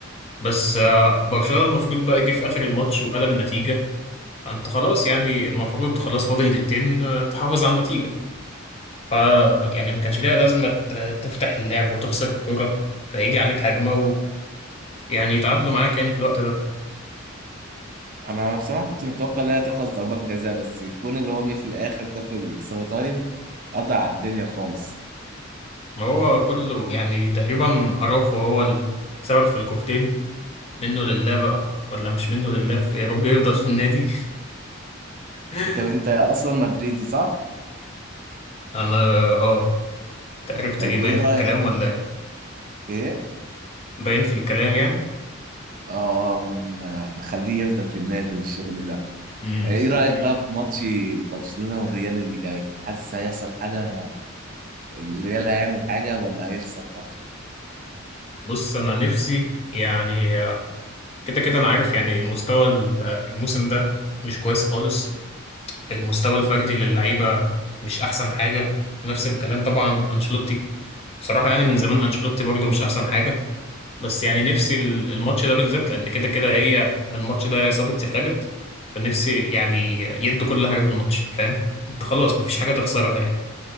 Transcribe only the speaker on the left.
بس آه، برشلونة المفروض بقى جه في اخر الماتش وقلب النتيجة انت خلاص يعني المفروض خلاص فاضل دقيقتين آه، تحافظ على النتيجة ف يعني ما كانش ليها لازمة ت- تفتح اللعب وتخسر الكورة فيجي عليك هجمة ويعني يتعادلوا معاك يعني في الوقت ده
ما هو كله يعني تقريبا أراوخو هو السبب في الكورتين منه لله بقى ولا مش منه لله في- يا رب يفضل في النادي <laughs>
أنا آه أنت عرفت
إيه باين
في الكلام ولا إيه
باين في الكلام يعني
مم.
<laughs> بص أنا نفسي يعني آه، كده كده أنا عارف يعني المستوى ال- الموسم ده مش كويس خالص المستوى الفردي للعيبة مش أحسن حاجة نفس الكلام طبعا أنشيلوتي بصراحة يعني من زمان أنشيلوتي برضه مش أحسن حاجة بس يعني نفسي ال- الماتش ده بالذات لان كده كده هي الماتش ده يا صابت يا خابت فنفسي يعني يدوا كل حاجه في الماتش فاهم انت خلاص مفيش حاجه تخسرها يعني